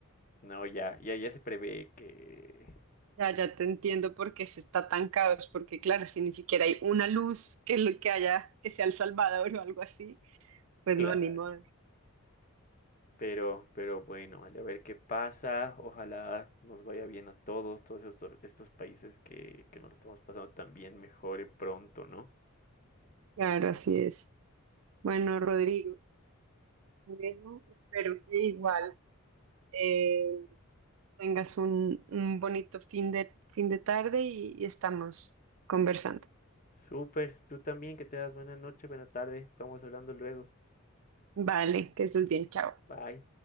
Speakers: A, on the left; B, on the right.
A: no, ya, ya, ya se prevé que,
B: Ya, ya te entiendo por qué se está tan caos, porque claro, si ni siquiera hay una luz que, lo- que haya, que sea El Salvador o algo así, pues
A: claro.
B: no, ni modo.
A: Pero, pero bueno, vale, a ver qué pasa. Ojalá nos vaya bien a todos, todos estos, estos países que, que nos lo estamos pasando también mejore pronto, ¿no?
B: Claro, así es. Bueno, Rodrigo. Por eso espero que igual eh, tengas un, un bonito fin de, fin de tarde y y estamos conversando.
A: Súper, tú también, que te das buena noche, buena tarde. Estamos hablando luego.
B: Vale, que estés bien, chao.
A: Bye.